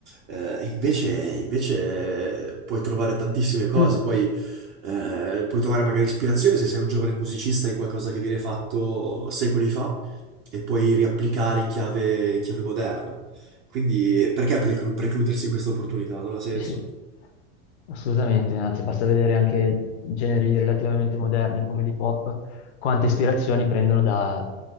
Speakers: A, on the right; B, on the left.
A: Eh, e invece, invece puoi trovare tantissime cose,
B: Mm.
A: poi, eh, puoi trovare magari ispirazione se sei un giovane musicista in qualcosa che viene fatto secoli fa e puoi riapplicare in chiave, in chiave moderna. Quindi perché preclu- precludersi questa opportunità? Non ha senso.
B: Sì, sì, assolutamente, anzi basta vedere anche generi relativamente moderni come l'hip hop, quante ispirazioni prendono da,